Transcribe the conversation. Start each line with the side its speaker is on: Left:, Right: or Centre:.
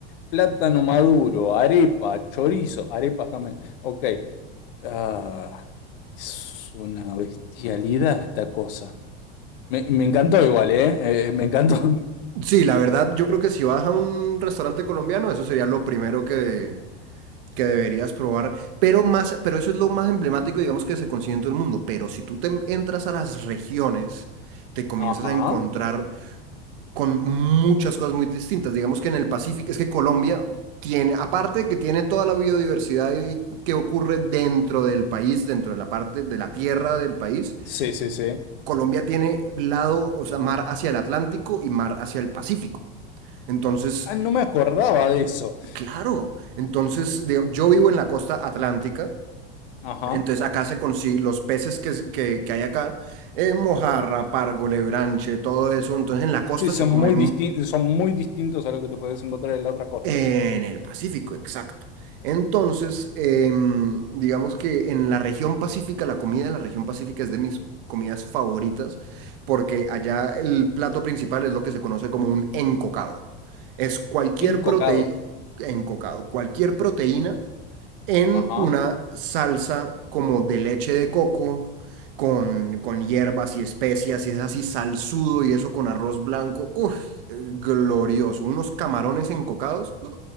Left: plátano maduro, arepa, chorizo, arepas también. Ok, ah, es una bestialidad esta cosa. Me, me encantó igual, ¿eh? Eh, eh, Me encantó. <laughs>
Right: Sí, la verdad, yo creo que si vas a un restaurante colombiano, eso sería lo primero que, que deberías probar. Pero más, pero eso es lo más emblemático, digamos, que se consigue en todo el mundo. Pero si tú te entras a las regiones, te comienzas
Left: Ajá,
Right: a encontrar con muchas cosas muy distintas. Digamos que en el Pacífico, es que Colombia tiene, aparte de que tiene toda la biodiversidad y- que ocurre dentro del país, dentro de la parte de la tierra del país,
Left: sí, sí, sí.
Right: Colombia tiene lado, o sea, mar hacia el Atlántico y mar hacia el Pacífico. Entonces,
Left: Ah, no me acordaba de eso.
Right: claro, entonces digo, yo vivo en la costa atlántica.
Left: Ajá,
Right: Entonces acá se consigue los peces que, es- que, que hay acá, eh, mojarra, pargo, lebranche, todo eso. Entonces en la costa
Left: sí, son
Right: se come
Left: muy distin- son muy distintos a lo que te puedes encontrar en la otra costa.
Right: En el Pacífico, exacto. Entonces, em, digamos que en la región pacífica, la comida de la región pacífica es de mis comidas favoritas, porque allá el plato principal es lo que se conoce como un encocado. Es cualquier
Left: Encocado,
Right: proteína, encocado, cualquier proteína en
Left: ajá.
Right: una salsa como de leche de coco, con, con hierbas y especias, y es así salsudo y eso con arroz blanco. Uf, glorioso. Unos camarones encocados.